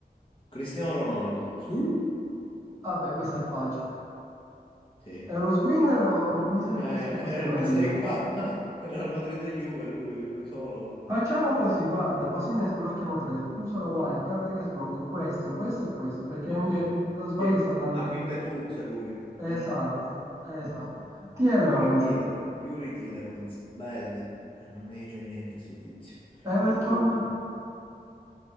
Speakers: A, on the left; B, on the right.
A: Cristiano Ronaldo. Sì.
B: Ah, vabbè, questo è facile.
A: Sì.
B: Euroswin no, non mi sa
A: Eh,
B: che questo è forse
A: eh,
B: meglio.
A: questa è qua, <laughs> Real Madrid e Juve, lui, lui solo.
B: Facciamo così, guarda, così ne sblocchiamo tre. Uso la wildcard che sblocco questo, questo e questo, perché
A: Ok,
B: anche, se non sbaglio,
A: sì,
B: è stato anche...
A: ha vinte tutte lui.
B: Esatto,
A: Eh, sì.
B: esatto. Tielemans,
A: Yuri Tile- Yuri Tilemans, belga. Eh, non mi dice niente sto tizio.
B: Everton.
A: Sì.